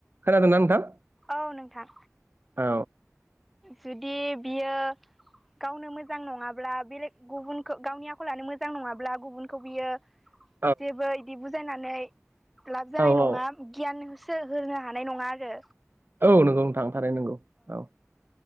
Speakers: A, on the right; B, in the centre.
A: खोनादोंना नोंथां
B: औ नोंथां
A: औ
B: जुदि बियो गावनो मोजां नंङाब्ला बेलेग गुबुनखौ गावनि आखल लानो मोजां नंङाब्ला गुबुनखौ बियो
A: <inaudible>
B: जेबो इदि बुजायनानै लाब जानाय
A: औ
B: नंङा
A: औ
B: गियानसो होनो हानाय नंङा आरो
A: औ नंगौ नोंथां थारैनो नंगौ औ